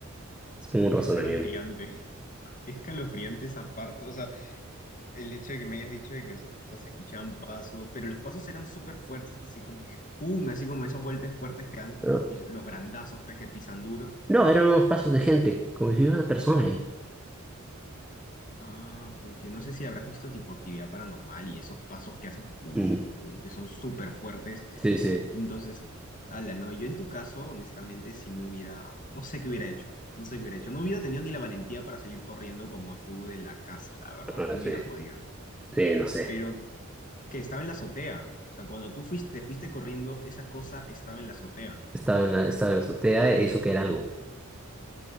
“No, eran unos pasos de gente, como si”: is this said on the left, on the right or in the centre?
Centre